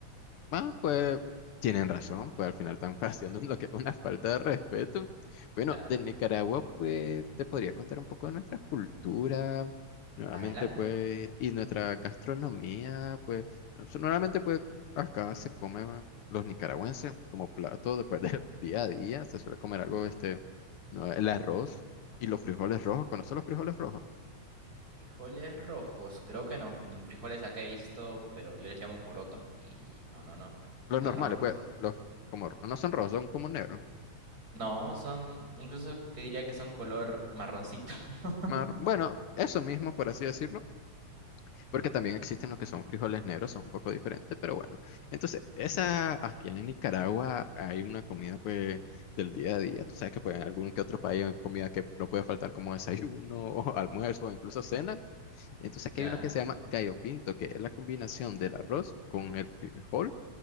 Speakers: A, on the left; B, on the right.
A: Ah, pues tienen razón, pues al final están <laughs> haciendo lo que una falta de respeto. Bueno,
B: Claro.
A: de Nicaragua, pues te podría contar un poco de nuestra cultura, nuevamente,
B: Adelante.
A: pues, y nuestra gastronomía, pues, nos- normalmente, pues, acá se come ah, los nicaragüenses como plato después del <laughs> día a día, se suele comer algo, este, no, el arroz y los frijoles rojos, ¿conoces los frijoles rojos?
B: Frijoles rojos, creo que no. Frijoles acá he visto, pero yo les llamo poroto y no, no, no.
A: Los
B: No
A: normales,
B: son rojos.
A: pues, los como no son rojos, son como negros.
B: No, son, incluso te diría que son color marroncito. <laughs>
A: Mar- Bueno, eso mismo, por así decirlo. Porque también existen los que son frijoles negros, son un poco diferentes, pero bueno. Entonces, esa, aquí en Nicaragua hay una comida pues del día a día. Tú sabes que pues en algún que otro país hay comida que no puede faltar como desayuno <laughs> o almuerzo o incluso cena. Entonces aquí
B: Claro.
A: hay uno que se llama gallo pinto, que es la combinación del arroz con el frijol.